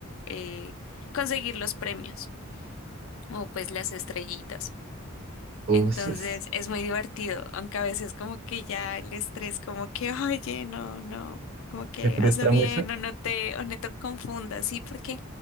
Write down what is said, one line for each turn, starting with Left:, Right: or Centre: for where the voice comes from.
Left: eh, conseguir los premios o pues las estrellitas.
Right: Uf,
Left: Entonces
Right: se-
Left: es muy divertido, aunque a veces como que ya el estrés, como que, oye, no, no, como que
Right: ¿te frustra
Left: hazlo bien
Right: mucho?
Left: o no te, o no te confundas, ¿sí? Porque